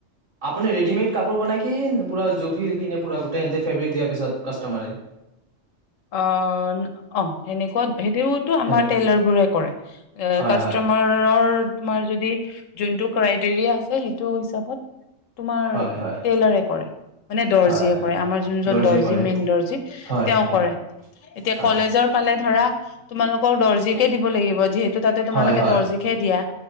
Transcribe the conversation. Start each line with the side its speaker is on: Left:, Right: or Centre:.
Right: আপুনি ৰেডিমেড কাপোৰ বনায় কি পুৰা জোখি কিনে পুৰা গোটেই এণ্টি ফেব্ৰিক দিয়াৰ পিছত কাষ্টমাৰে
Left: অ অ অ ন অহ সেনেকুৱা সেইটোওতো আমাৰ
Right: সেনে
Left: টেইলাৰবোৰে কৰে
Right: হয়
Left: কাষ্টমাৰৰ
Right: হয়
Left: তোমাৰ যদি যোনটো ক্ৰাইটেৰিয়া আছে সেইটো হিচাপত তোমাৰ
Right: হয় হয়
Left: টেইলাৰে কৰে মানে দৰ্জীয়ে
Right: হয় হয়
Left: কৰে আমাৰ যোনজন
Right: দৰ্জিয়ে
Left: দৰ্জি
Right: কৰে
Left: মেইন দৰ্জী
Right: হয়
Left: তেওঁ
Right: হয়
Left: কৰে এতিয়া
Right: হয়
Left: কলেজৰ পালে ধৰা তোমালোকক দৰ্জীকে দিব লাগিব যিহেতু তাতে তোমালোকে
Right: হয় হয়
Left: দৰ্জীক হে দিয়া